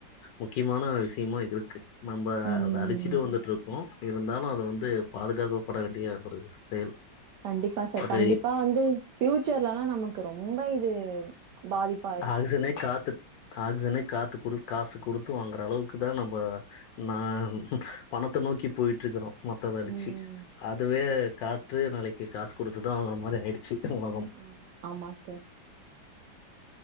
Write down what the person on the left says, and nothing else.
முக்கியமான விஷயமா இருக்கு நம்ம
அத அழிச்சிட்டு வந்துட்ருக்கோ இருந்தாலு அது வந்து பாதுகாக்கப்பட வேண்டிய ஒரு செயல்
அது
ஆக்சிஜனே காத்து ஆக்சிஜனே காத்து குடு காசு குடுத்து வாங்குற அளவுக்கு தா நம்ப நா பணத்த நோக்கி போயிட்ருக்குறோ மொத்த இத அளிச்சு
அதுவே காற்று நாளைக்கு காசு குடுத்துதா வாங்குற மாரி ஆயிடுச்சு உலகம்